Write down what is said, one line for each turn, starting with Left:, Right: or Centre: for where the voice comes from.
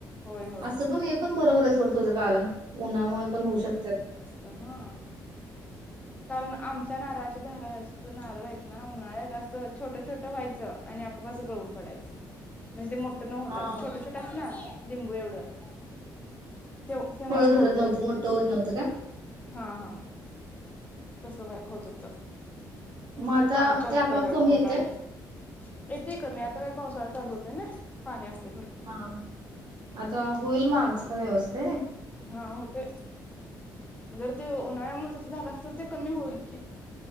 Left: होय होय
Right: असं पण हे पण बरोबर आहे सोड तुझ कारण, उन्हामुळे पण हु शकतत.
Left: त हां कारण आमच्या नारळाच्या झाडाचं नारळ हायेत ना, उन्हाळ्यात असं छोटं छोटं व्हायचं. आणि आपापास गळून पडायचं, म्हणजे ते मोठ न होताच
Right: हा
Left: छोटं छोटंच ना लिंबू एवढं. तेव तेव्हाच
Right: फळ धरत
Left: गळून
Right: नव्हतं
Left: पडायचं
Right: मोठं होत नव्हतं काय
Left: हा हा. तसं का होत होतं,
Right: मग आता
Left: ते पाणी कमी
Right: ते आपोआप
Left: पडल्यामुळे
Right: कमी येते
Left: उन्हाळ्यात. येतेय कमी, आता काय पावसाळा चालू होतोय ना. पाणी असतय भरप
Right: हा आता होईल मं आमचं पण व्यवस्थित आहे ना.
Left: हा होतेय. जर ते उन्हाळ्यामुळे तसं झालास, तर ते कमी होईल की.